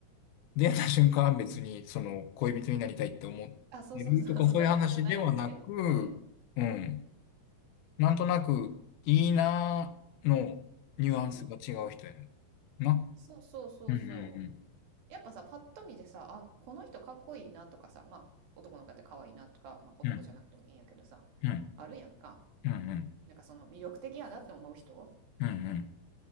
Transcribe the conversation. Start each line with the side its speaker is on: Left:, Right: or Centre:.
Left: 出会った瞬間は別に、その、恋人になりたいって思ってるとか、
Right: あそうそうそうそうそういうことじゃないでうん
Left: そういう話ではなく、うん。なんとなく、いいなーのニュアンスが違う人やね。
Right: うん
Left: な。
Right: そうそうそうそう
Left: うんうん
Right: やっぱさパッと見てさあこの人かっこいいなとかさまあ男の子やって可愛いなとか、まあ、男じゃなくてもいいんやけどさ
Left: うんうんうん
Right: あるやんか
Left: うん
Right: なんかその魅力的やなって思う人
Left: うんうんうん